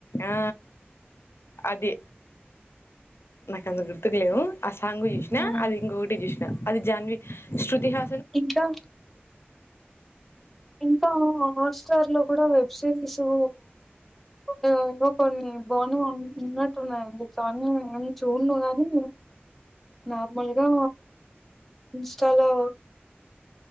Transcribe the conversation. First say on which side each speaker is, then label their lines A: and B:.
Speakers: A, on the left; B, in the centre.
A: ఆ అది నాకి అంత గుర్తుకు లేవు ఆ సాంగు జూష్నా
B: హ్మ్
A: అది ఇంగొగటి జూష్నా అది జాన్వి శృతిహా
B: ఇంకా ఇంకా ఆట్స్టార్ లో గుడా వెబ్ సిరీసో ఆ ఇంగో కొన్ని బానే ఉన్నట్టున్నాయండి కానీ నేనేం చూన్నో గానీ నార్మల్గా ఇన్స్టాలో